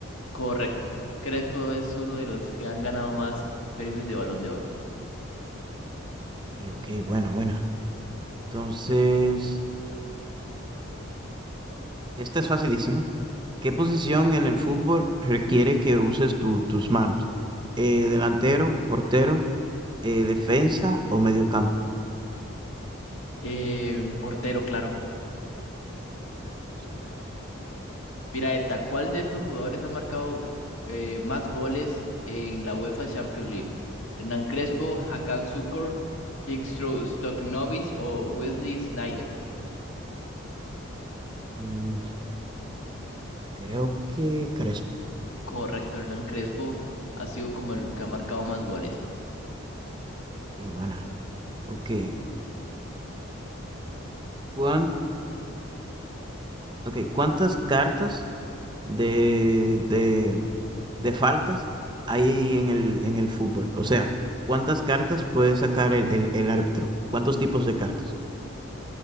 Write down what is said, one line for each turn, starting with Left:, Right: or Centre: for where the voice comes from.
Left: Correcto. Crespo es uno de los que han ganado más premios de Balón de Oro.
Right: Ok, ok, buena, buena. Entonces, esta es facilísima. ¿Qué posición en el fútbol requiere que uses tu- tus manos? Eh, delantero, portero, eh, defensa o mediocampo.
Left: Eh, portero, claro.
Right: Claro, sí.
Left: Mira esta. ¿Cuál de estos jugadores ha marcado eh, más goles en la UEFA Champions League? ¿Hernán Crespo, Hakan Şükür, Hristo Stoichkov o Wesley Sneijder?
Right: Mm, creo que Crespo.
Left: Correcto, Hernán Crespo ha sido como el que ha marcado más goles.
Right: Qué buena. Ok. ¿Cuán- ok, ¿Cuántas cartas de, de, de faltas hay en el, en el fútbol? O sea, ¿cuántas cartas puede sacar el, el, el árbitro? ¿Cuántos tipos de cartas?